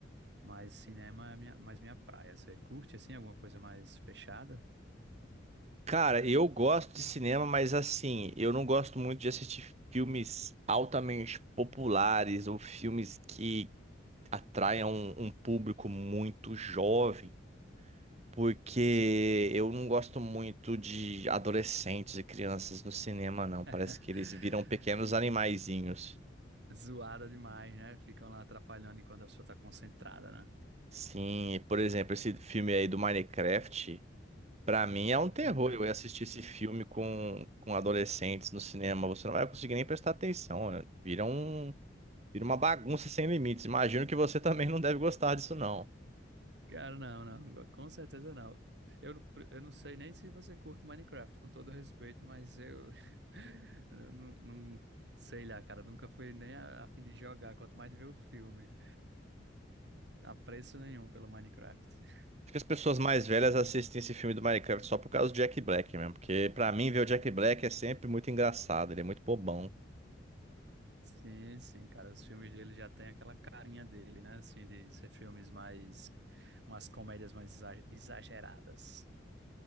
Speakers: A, on the right (about 60°); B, on the right (about 35°).
A: mas cinema é minha, mais minha praia. Você curte, assim, alguma coisa mais fechada?
B: Cara, eu gosto de cinema, mas assim, eu não gosto muito de assistir filmes altamente populares ou filmes que atraiam um, um público muito jovem, porque
A: Sim.
B: eu não gosto muito de adolescentes e crianças no cinema, não.
A: <laughs>
B: Parece que eles viram pequenos animaizinhos.
A: Zoada demais, né? Ficam lá atrapalhando enquanto a pessoa tá concentrada, né?
B: Sim, por exemplo, esse filme aí do Minecraft. Pra mim é um terror
A: Pô, cara.
B: eu ia assistir esse filme com, com adolescentes no cinema. Você não vai conseguir nem prestar atenção. né? Vira um, vira uma bagunça sem limites. Imagino que você <laughs> também não deve gostar disso, não.
A: Cara, não, não. Com certeza não. Eu, eu não sei nem se você curte Minecraft, com todo respeito, mas eu, <laughs> eu não, não sei lá, cara. Nunca fui nem a, a fim de jogar, quanto mais de ver o filme. Apreço nenhum pelo Minecraft.
B: Acho que as pessoas mais velhas assistem esse filme do Minecraft só por causa do Jack Black mesmo. Porque pra mim ver o Jack Black é sempre muito engraçado. Ele é muito bobão.
A: Sim, sim, cara. Os filmes dele já tem aquela carinha dele, né? Assim, de ser filmes mais. Umas comédias mais exa- exageradas.